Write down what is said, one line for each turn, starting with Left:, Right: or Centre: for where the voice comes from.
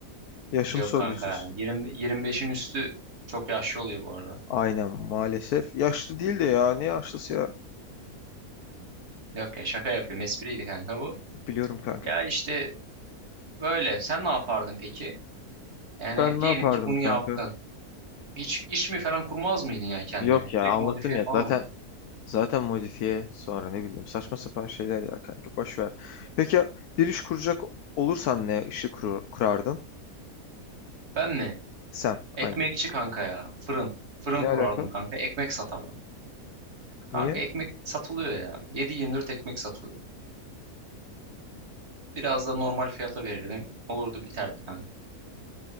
Left: Yaşım
Right: Yok
Left: sorgusuz.
Right: kanka ya. 20, 25'in üstü çok yaşlı oluyor bu arada.
Left: Aynen maalesef. Yaşlı değil de ya. Ne yaşlısı ya?
Right: Yok ya şaka yapıyorum. Espriydi kanka bu.
Left: Biliyorum kanka.
Right: Ya işte böyle. Sen ne yapardın peki? Yani
Left: Ben
Right: diyelim
Left: ne yapardım
Right: ki bunu
Left: kanka?
Right: yaptın. Hiç iş mi falan kurmaz mıydın yani kendine?
Left: Yok ya
Right: Direkt
Left: anlattım
Right: modifiye
Left: ya.
Right: falan
Left: Zaten
Right: mı?
Left: zaten modifiye sonra ne bileyim saçma sapan şeyler ya kanka. Boş ver. Peki ya, bir iş kuracak olursan ne işi kurur, kurardın?
Right: Ben mi?
Left: Sen.
Right: Ekmekçi
Left: Aynen.
Right: kanka ya. Fırın. Fırın
Left: Ne
Right: kurardım
Left: alaka?
Right: kanka. Ekmek satardım. Kanka
Left: Niye?
Right: ekmek satılıyor ya. 7-24 ekmek satılıyor. Biraz da normal fiyata verelim, Olurdu biterdi kanka.